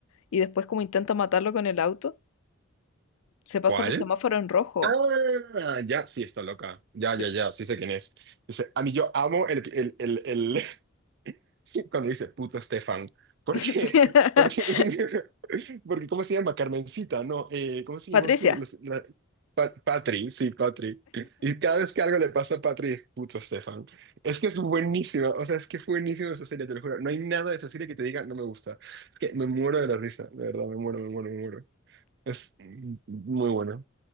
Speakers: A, on the left (about 80°); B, on the right (about 50°).
A: Y después como intenta matarlo con el auto, se pasan
B: ¿Cuál?
A: los semáforos en rojo.
B: Ah, ya, sí, está loca. Ya,
A: Sí.
B: ya, ya. Sí sé quién es. Dice, a mí yo amo el, el, el, el... <laughs> <laughs> cuando dice puto Estefan, porque,
A: <laughs>
B: porque, <laughs> porque, ¿cómo se llama? Carmencita, no, eh, ¿cómo se
A: Patricia.
B: llama su, la- la- Pa- Patri, sí, Patri. Y cada vez que algo le pasa a Patri es puto Estefan. Es que es buenísima, o sea, es que fue buenísima esa serie, te lo juro. No hay nada de esa serie que te diga no me gusta. Es que me muero de la risa, de verdad, me muero, me muero, me muero. Es muy bueno.